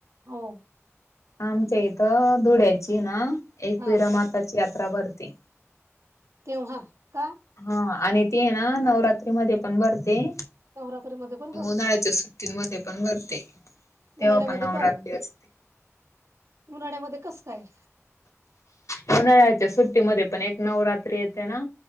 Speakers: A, on the right; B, on the left.
A: हो
B: आमच्या इथं धुळ्याची ना एक
A: हा
B: विरामाताची यात्रा भरते
A: तेव्हा का?
B: हा आणि ते ना नवरात्री मध्ये पण भरते
A: नवरात्री मध्ये पण करतो
B: उन्हाळ्याच्या सुट्टींमध्ये पण भरते. तेव्हा
A: उन्हाळ्या मध्ये
B: नवरात्री
A: पण
B: असते.
A: उन्हाळ्यामध्ये कस काय?
B: हो नाही रायच्या सुट्टीमध्येध्ये पण एक नवरात्री येते ना